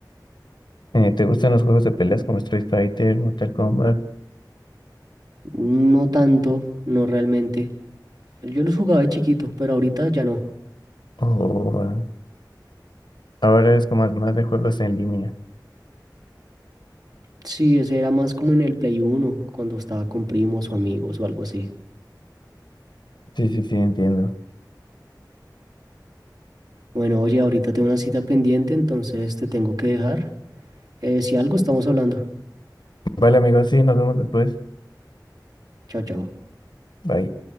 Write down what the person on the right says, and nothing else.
no tanto, no realmente. Yo los jugaba de chiquito, pero ahorita ya no.
Sí, ese era más como en el Play uno, cuando estaba con primos o amigos o algo así.
Bueno, oye, ahorita tengo una cita pendiente, entonces te tengo que dejar. Eh, si algo, estamos hablando.
Chao, chao.